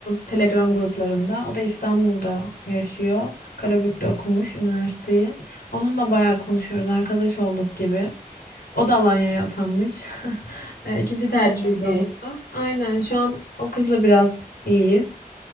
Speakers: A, on the left; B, on the right.
A: Telegram gruplarında. O da İstanbul'da yaşıyor. Karabük'te okumuş üniversiteyi. Onunla bayağı konuşuyoruz. Arkadaş olduk gibi. O da Alanya'ya atanmış. <laughs> Ee, İkinci tercihiydi
B: Ha, çok iyi.
A: onun da. Aynen şu an o kızla biraz iyiyiz.